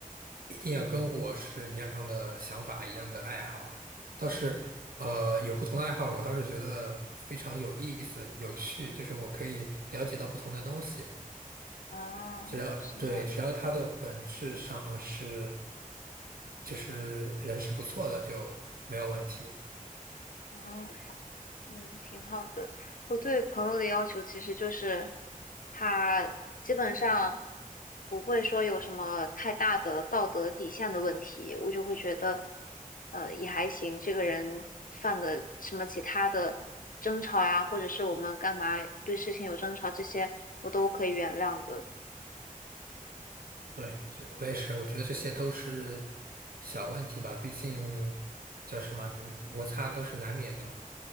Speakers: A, on the right; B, on the left.
A: 一定要跟我是一样的想法、一样的爱好啊。倒是呃，有不同的爱好，我倒是觉得非常有意思、有趣，就是我可以了解到不同的东西。
B: 啊，
A: 只要对，
B: 是这样
A: 只要它的本质上是就是人是不错的，就没有问题。
B: 的。啊。嗯，挺好的。我对朋友的要求其实就是，他基本上不会说有什么太大的道德底线的问题，我就会觉得，呃，也还行。这个人犯的什么其他的争吵呀，或者是我们干嘛对事情有争吵，这些我都可以原谅的。
A: 对，这我也是，我觉得这些都是小问题吧，毕竟叫什么，摩擦都是难免的嘛，